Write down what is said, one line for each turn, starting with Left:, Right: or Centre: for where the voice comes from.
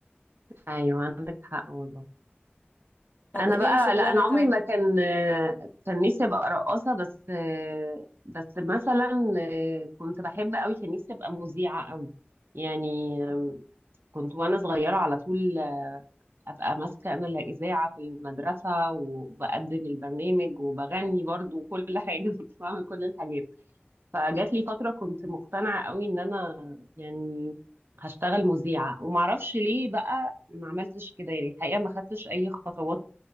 Right: ايوه عندك حق والله
Left: طب
Right: انا
Left: قولي
Right: بقى
Left: لي شغلانه
Right: لا انا عمري
Left: تانية
Right: ما كان كان نفسي ابقى رقاصه بس بس مثلا كنت بحب قوي كان نفسي ابقى مذيعه قوي يعني
Left: مم.
Right: كنت وانا صغيره على طول ابقى ماسكه انا الاذاعه في المدرسه وبقدم البرنامج وبغني برضو وكل حاجه <laughs> كنت بعمل كل الحاجات فجات لي فتره كنت مقتنعه قوي ان انا يعني هشتغل مذيعه ومعرفش ليه بقى ما عملتش كده يعني الحقيقه ما خدتش اي خطوات